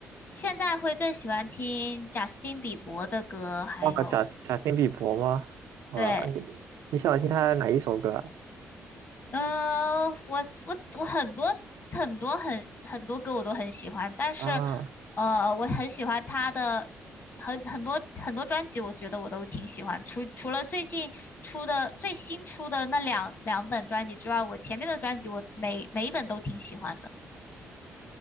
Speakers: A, on the left (about 40°); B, on the right (about 85°).
A: 现在会更喜欢听贾斯汀比伯的歌，还有
B: 啊，贾斯贾斯汀比伯吗？啊，
A: 对。
B: 你你喜欢听他哪一首歌
A: 嗯，我我我很多很多很很多歌我都很喜欢，但是，
B: 啊？啊
A: 呃，我很喜欢他的很很多很多专辑，我觉得我都挺喜欢。除除了最近出的最新出的那两两本专辑之外，我前面的专辑我每每一本都挺喜欢的。